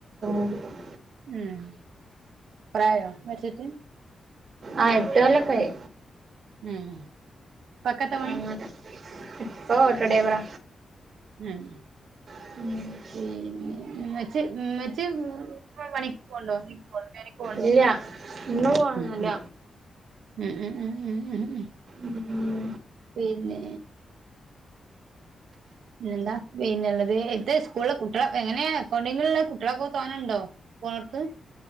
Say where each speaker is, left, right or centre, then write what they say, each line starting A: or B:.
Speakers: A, on the right; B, on the right.
A: <unintelligible>
B: ഉമ് പ്രായ വച്ചത്
A: ആഹ് എട്ട് കൊല്ലൊക്കെ ആയി
B: ഉം ഉപ്പക്കെത്ത പണി
A: അങ്ങനെ ഇപ്പൊ ഓട്ടോ ഡ്രൈവറ
B: ഞാൻ
A: <inaudible>
B: പിന്നെ മ്മചി മ്മചി പണിക്ക് പോണ്ടോ ക്ക് ണോ
A: ഇല്ല ഇന്ന് പോണൊന്നുല്ല
B: ഉമ് ഉമ് ഉമ് ഉമ് ഉമ് ഉമ് ഉമ് ഉമ്
A: ഉമ്
B: പിന്നെ പിന്നെന്താ പിന്നെള്ളത് ഇത്തെ സ്കൂളിലെ കുട്ടികളെ എങ്ങനെ അക്കൗണ്ടെങ്കിലുള്ള കുട്ടികളൊക്കെ തോന്നാണ്ടോ <unintelligible>